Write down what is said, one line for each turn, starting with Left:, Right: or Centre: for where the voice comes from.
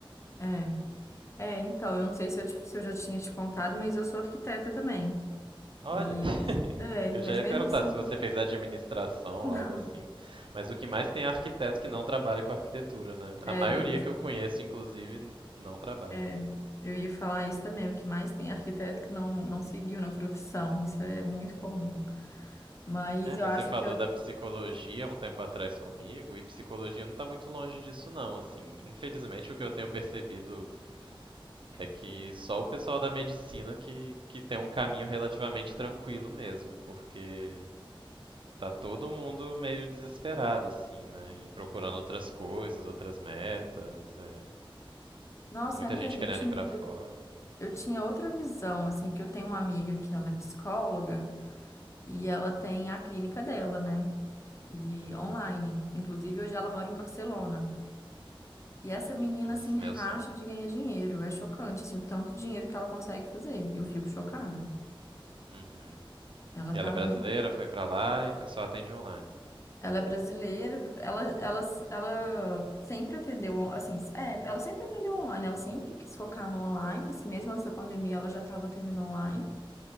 Left: É. É, então, eu não sei se eu, te- se eu já tinha te contado, mas eu sou arquiteta também.
Right: Olha,
Left: E,
Right: <laughs>
Left: mas, é,
Right: eu
Left: mas
Right: já ia
Left: mesmo
Right: perguntar
Left: assim,
Right: se você fez administração
Left: <laughs>
Right: ou
Left: não.
Right: algo assim, mas o que mais tem é arquiteto que não trabalha com arquitetura, né? A
Left: É,
Right: maioria
Left: e-
Right: que eu conheço, inclusive, não trabalha.
Left: é, eu ia falar isso também. O que mais tem é arquiteto que não, não seguiu na profissão. Isso é muito comum. Mas
Right: É, mas
Left: eu acho
Right: você falou
Left: que eu
Right: da psicologia um tempo atrás comigo, e psicologia não tá muito longe disso não, assim. Infelizmente, o que eu tenho percebido é que só o pessoal da medicina que, que tem um caminho relativamente tranquilo mesmo, porque tá todo mundo meio desesperado, assim, né? E procurando outras coisas, outras metas, é.
Left: Nossa,
Right: Muita
Left: é mesmo?
Right: gente querendo
Left: Eu tinha,
Right: ir pra fora.
Left: eu tinha outra visão, assim, que eu tenho uma amiga que ela é psicóloga e ela tem a clínica dela, né? E
Right: Uhum.
Left: online. Inclusive, hoje ela mora em Barcelona. E essa menina,
Right: Nossa,
Left: assim, racha
Right: meu sonho.
Left: de ganhar dinheiro. É chocante, assim, o tanto de dinheiro que ela consegue fazer. Eu fico chocada.
Right: Uhum.
Left: Ela
Right: E
Left: tá
Right: ela é brasileira,
Left: muito.
Right: foi pra lá e só atende online.
Left: Ela é brasileira, foi pra- ela, ela, ela sempre atendeu, on- assim, é, ela sempre atendeu online, ela sempre quis focar no online, assim, mesmo antes da pandemia ela já estava atendendo online.